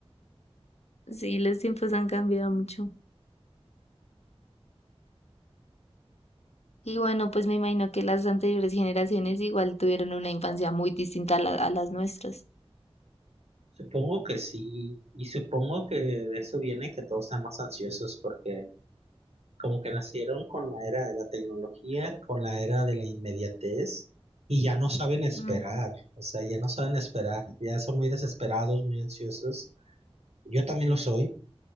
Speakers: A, on the left; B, on the right.
A: Sí, los tiempos han cambiado mucho. Y bueno, pues me imagino que las anteriores generaciones igual tuvieron una infancia muy distinta a, la- a las nuestras.
B: Supongo que sí, y supongo que de eso viene que todos sean más ansiosos porque como que nacieron con la era de la tecnología, con la era de la inmediatez y ya no saben esperar,
A: Ujú.
B: o sea, ya no saben esperar, ya son muy desesperados, muy ansiosos. Yo también lo soy.